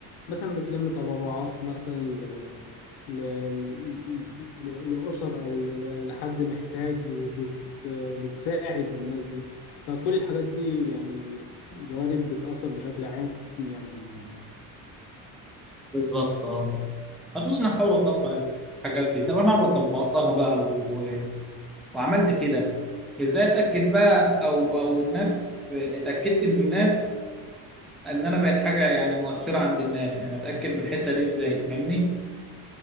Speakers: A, on the left (about 80°); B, in the centre.
A: مثلا بتلم تبرعات مثلا ل- ل- ل- لأسر أو ل- لحد محتاج وبتساعد الناس دي فكل الحاجات دي يعني جوانب بتأثر بشكل عام يعني للناس
B: بالظبط اه انا احاول اطبق الحاجات دي طب انا لو طبقتها بقى و... وعملت كده ازاي اتاكد بقى او او الناس اتاكدت من الناس ان انا بقت حاجه يعني مؤثره عند الناس يعني اتاكد من الحته دي ازاي فاهمني